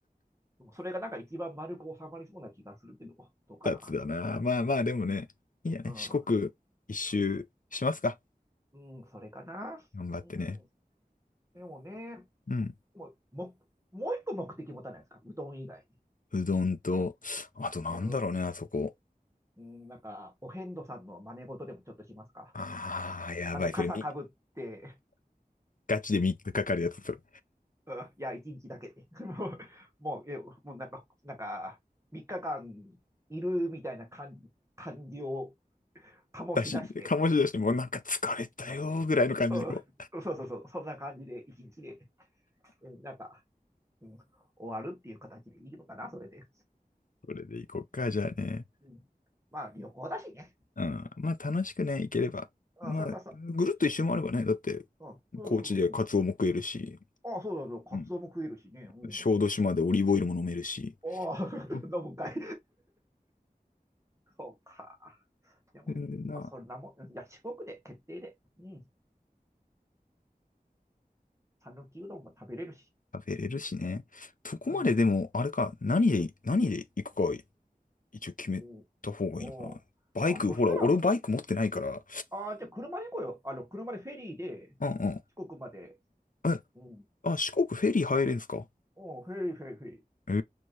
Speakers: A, on the right (about 20°); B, on the left (about 60°).
A: う、それがなんか一番丸く収まりそうな気がするけど、どうかな。
B: つだな。まあまあ、でもね、いいんじゃない四国一周しますか。
A: うん、うん、うん、それかな。
B: 頑張ってね。
A: うん、でもね、
B: うん。
A: もう、も、もう一個目的持たないですかうどん以外に。
B: うどんと、あとなんだろうね、
A: うん
B: あそこ。
A: うん、なんか、お遍路さんの真似事でもちょっとしますか。
B: ああ、やばい。
A: あの、傘かぶって、
B: それみ、ガチで3日かかかるやつ、それ。
A: うん、いや、一日だけで。<laughs> もう、もうえ、もうなんか、なんか、3日間いるみたいな感、感じを醸し出して、
B: だし、醸し出して、もうなんか疲れたよ、ぐらいの感じでこ
A: うん、そうそうそう、そんな感じで一日で、うん、なんか、うん、終わるっていう形でいいのかな、それで。
B: う。それで行こっか、じゃあね。
A: うん、まあ、旅行だしね。
B: うん。
A: うん、
B: まあ楽しくね、行ければ。
A: あ、
B: まあ、
A: そうそうそう。
B: ぐるっと一周もあればね、だって、
A: うん、そうそうそう。
B: 高知でカツオも食えるし、
A: うん、あ、そうだそう、カツオも食えるしね。
B: うん。
A: うん。
B: 小豆島でオリーブオイルも飲めるし。
A: ああ <laughs>
B: うん
A: 飲むんかい。そうか。でもね、
B: 全然な
A: まあ、そんなもん、いや、四国で決定で、うん、讃岐うどんも食べれるし。
B: 食べれるしね。そこまででも、
A: うん、
B: あれか、何で、何で行くか一応決めた方がいいのかな。
A: うん、おうあ、
B: バイク、
A: そしたら、
B: ほら、俺バイク持ってないから。
A: あー、じゃあ車で行こうよ。あの、車でフェリーで、
B: うん
A: 四国まで。
B: うん。え、
A: うん、
B: あ、四国フェリー入れんすか
A: おうフェリー、フェリー、フェリー。
B: ええ